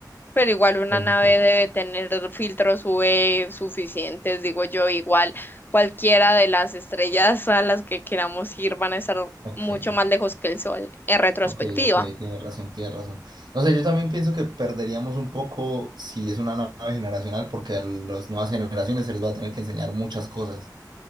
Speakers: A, on the left (about 30°); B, on the right (about 80°).
A: Pero igual una
B: Claro.
A: nave debe tener filtros U V suficientes, digo yo, igual cualquiera de las estrellas a las que queramos ir van a estar
B: Ok,
A: mucho
B: ok,
A: más lejos que el Sol en retrospectiva.
B: ok, ok, tienes razón, tienes razón. No sé, yo también pienso que perderíamos un poco si es una nave generacional, porque a las nuevas generaciones se les va a tener que enseñar muchas cosas.